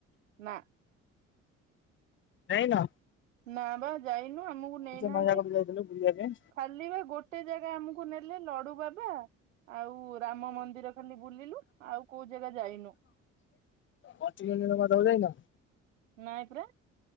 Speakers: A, on the right; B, on the left.
A: ନା।
B: ଯାଇନ?
A: ନା ବା ଯାଇନୁ ଆମକୁ ନେଇନାହାନ୍ତି
B: ନୟାଗଡ଼ ଯାଇଥିଲୁ ବୁଲିବା ପାଇଁ।
A: ଖାଲି ବା ଗୋ ଗୋଟେ ଜାଗା ଆମକୁ ନେଲେ ଲଡୁ ବାବା ଆଉ ରାମ ମନ୍ଦିର। ଖାଲି ବୁଲିଲୁ ଆଉ କୋଉ ଜାଗା ଯାଇନୁ।
B: କନ୍ଟୀଲ ନୀଳ ମାଧବ ଯାଇନ?
A: ନାଇ ପରା